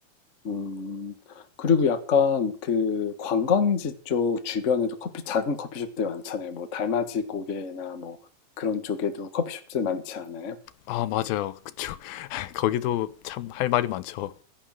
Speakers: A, on the left; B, on the left.
A: 음, 그리고 약간 그 관광지 쪽 주변에도 커피, 작은 커피숍들 많잖아요. 뭐 달맞이 고개나 뭐 그런 쪽에도 커피숍들 많지 않아요?
B: 아, 맞아요. 그쵸. <laughs> 거기도 참 할 말이 많죠.